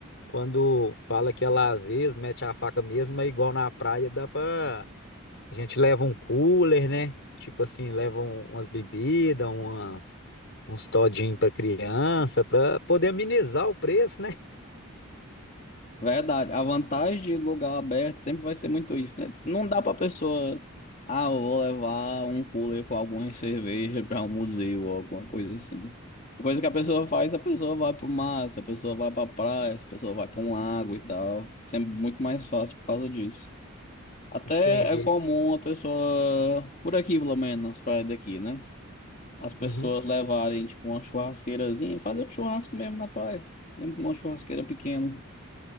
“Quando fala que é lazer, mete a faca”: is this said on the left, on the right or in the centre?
Left